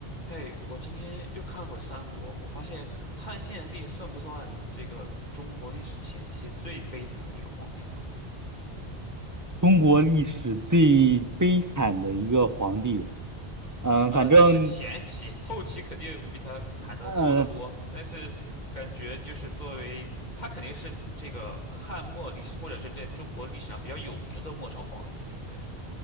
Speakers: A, on the left (about 45°); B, on the right (about 20°).
A: 嘿，我今天又看了会儿《三国》，我发现汉献帝算不算这个中国历史前期最悲惨的一个皇帝呢？
B: 中国历史最悲惨的一个皇帝，嗯，
A: 呃，
B: 反正，
A: 只是前期，后期肯定比他惨的多得多。
B: 嗯，
A: 但是感觉就是作为他肯定是这个汉末历史，或者是在中国历史上比较有名的末朝皇帝，对不对？